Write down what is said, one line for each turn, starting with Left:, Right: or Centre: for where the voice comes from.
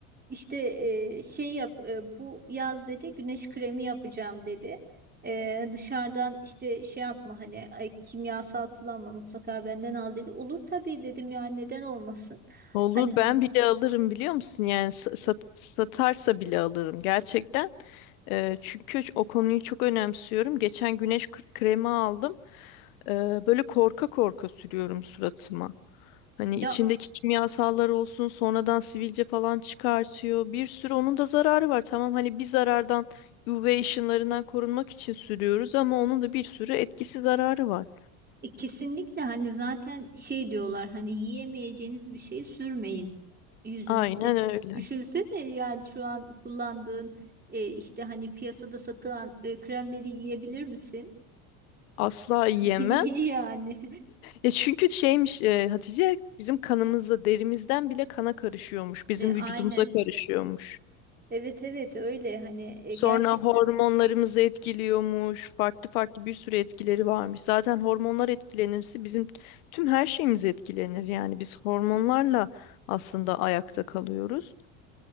Right: İşte e, şey yap e, bu yaz dedi güneş kremi yapacağım dedi. E, dışarıdan işte şey yapma hani ay, kimyasal kullanma mutlaka benden al dedi. Olur tabii dedim yani neden olmasın.
Left: Olur
Right: Hani
Left: ben bile alırım biliyor musun? Yani sa- sat- satarsa bile alırım gerçekten. Eee, çünkü o konuyu çok önemsiyorum. Geçen güneş kr- kremi aldım. Eee, böyle korka korka sürüyorum suratıma. Hani
Right: ya
Left: içindeki kimyasallar olsun sonradan sivilce falan çıkartıyor. Bir sürü onun da zararı var. Tamam hani bir zarardan UV ışınlarından korunmak için sürüyoruz ama onun da bir sürü etkisi zararı var.
Right: E, kesinlikle hani zaten şey diyorlar hani yiyemeyeceğiniz bir şey sürmeyin yüzünüze.
Left: Aynen öyle.
Right: Düşünsene yani şu an kullandığın e, işte hani piyasada satılan e, kremleri yiyebilir misin?
Left: Asla yiyemem.
Right: <laughs> Yani
Left: Ya çünkü şeymiş e, Hatice bizim kanımızla derimizden bile kana karışıyormuş. Bizim
Right: E, aynen.
Left: vücudumuza karışıyormuş.
Right: Evet evet öyle hani e,
Left: Sonra
Right: gerçekten.
Left: hormonlarımızı etkiliyormuş. Farklı farklı bir sürü etkileri varmış. Zaten hormonlar etkilenirse bizim tüm her şeyimiz etkilenir. Yani biz hormonlarla aslında ayakta kalıyoruz.